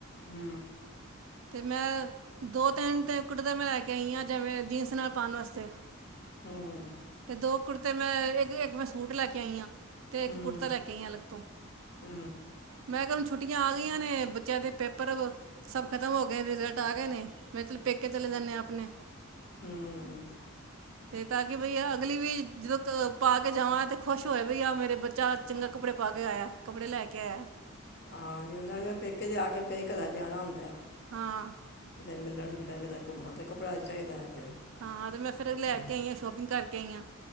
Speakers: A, on the left; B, on the right.
A: ਹੂ,,,
B: ਤੇ ਮੈਂ ਦੋ ਤਿੰਨ ਤੇ ਕੁੜਤੇ ਮੈਂ ਲੈ ਕੇ ਆਈ ਹਾਂ ਜੈਵੇਂ ਜੀਨਸ ਨਾਲ ਪਾਉਣ ਵਾਸਤੇ
A: ਹੂ,,,
B: ਅਤੇ ਦੋ ਕੁੜਤੇ ਮੈਂ ਇੱਕ ਇੱਕ ਮੈਂ ਸੂਟ ਲੈ ਕੇ ਆਈ ਹਾਂ ਤੇ
A: ਹੂੰ
B: ਇੱਕ ਕੁੜਤਾ ਲੈ ਕੇ ਆਈ ਆ ਅਲੱਗ ਤੋਂ
A: ਹੂੰ
B: ਮੈਂ ਕਿਹਾ ਹੁਣ ਛੁਟ ਛੁੱਟੀਆਂ ਆ ਗਈਆਂ ਨੇ ਬੱਚਿਆਂ ਦੇ ਪੇਪਰ ਖ਼ਤਮ ਹੋ ਗਏ ਰਿਜ਼ਲਟ ਆ ਗਏ ਨੇ ਮੈਂ ਚਲ ਪੇਕੇ ਚਲੇ ਜਾਂਦੇ ਹਾਂ ਆਪਣੇ
A: ਹੂ,,,
B: ਤੇ ਤਾਂ ਕਿ ਬਈ ਅਗਲੀ ਵੀ ਜਦੋਂ ਕ ਪਾ ਕੇ ਜਾਵਾਂ ਤੇ ਖੁਸ਼ ਹੋਇਆ ਬਈ ਆ ਮੇਰੇ ਬੱਚਾ ਚੰਗਾ ਕੱਪੜੇ ਪਾ ਕੇ ਆਇਆ ਕੱਪੜੇ ਲੈ ਕੇ ਆਇਆ
A: ਹਾਂ ਜ ਉਹਨਾਂ ਨੂੰ ਪੇਕੇ ਜਾ ਕੇ ਕਈ ਘਰ ਜਾਣਾ ਹੁੰਦਾ
B: ਹਾਂ
A: ਕਿਤੇ ਮਿਲਣ ਗਿੱਣ ਕਿਤੇ ਘੁੰਮਣ ਤਾਂ ਕੱਪੜਾ ਚਾਹੀਦਾ ਹੈ ਫਿਰ
B: ਹਾਂ ਤੇ ਮੈਂ ਫਿਰ ਲੈ
A: ਹਾਂ
B: ਕੇ ਆਈ ਆਂ ਸ਼ੋਪਿੰਗ ਕਰਕੇ ਆਈ ਆਂ